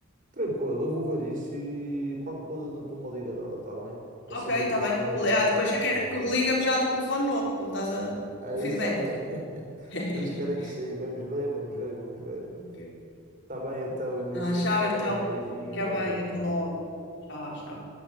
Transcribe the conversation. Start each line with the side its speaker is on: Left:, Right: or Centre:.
Right: Tranquilo, eu vou ver isso e qualquer coisa dou-te uma liga dela, está bem? Para
Left: Ok,
Right: saber
Left: está
Right: depois
Left: bem.
Right: também a
Left: Le-
Right: ti
Left: Ah, depois
Right: e a tua
Left: já quer
Right: opinião.
Left: que liga-me já do telefone novo para me dar
Right: É
Left: o feedback.
Right: isso, olha, <laughs>
Left: <laughs>
Right: Deus queira que sim. Vamos ver, vamos ver, vamos ver.
Left: Ok.
Right: Está bem então, Início,
Left: Ah, tchau,
Right: vamos falando.
Left: então.
Right: Beijinho,
Left: Fica
Right: até
Left: bem,
Right: já, até
Left: até logo.
Right: já.
Left: Tchau, tchau.